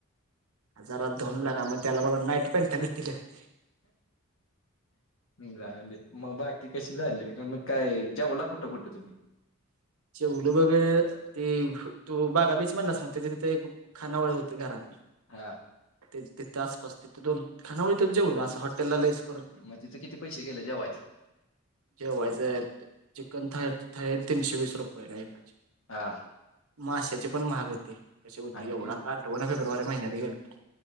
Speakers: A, on the right (about 90°); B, on the left (about 65°).
A: जरात धऊन लागा मग त्याला मला नाईट पॅन्ट दितील --
B: जाले मग बाकी कशी झाले? मग काय जवला कुठं कुठं तुम्ही?
A: जेवलं बग ते तू बागा बेच म्हणलास त्याच्या तिथे एक खानावळ होती घरातली
B: हा
A: ते तिथं आसपास तिथं दोन खानावळीतचं जेवलों असं हॉटलला लयच
B: मग तिथं किती पैसे गेले जेवाहायच?
A: जेवायच. चिकनथा थाळी हाय तीनशे वीस रुपयला एकाचे.
B: हां.
A: माश्याची पण महाग होते. कशी होती?
B: आणखीन
A: एवढा आठवण फेब्रुवारी महिन्यात गेलतो.